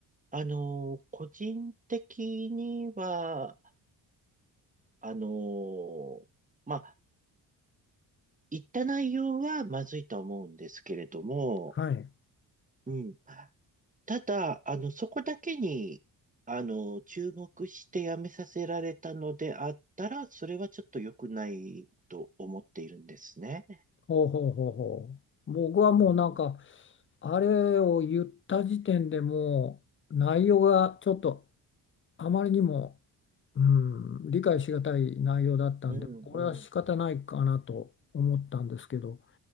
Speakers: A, on the right; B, on the left.
A: あの、個人的には、あの、まあ、言った内容はまずいと思うんですけれども、
B: はい。
A: うん。ただ、あの、そこだけに、あの、注目してやめさせられたのであったら、それはちょっと良くないと思っているんですね。
B: ほうほうほうほう。僕はもうなんか、
A: うん、
B: あれを言った時点でもう内容がちょっとあまりにもうん、理解しがたい内容だったんで、
A: うん、
B: これは仕方ないかなと思ったんですけど、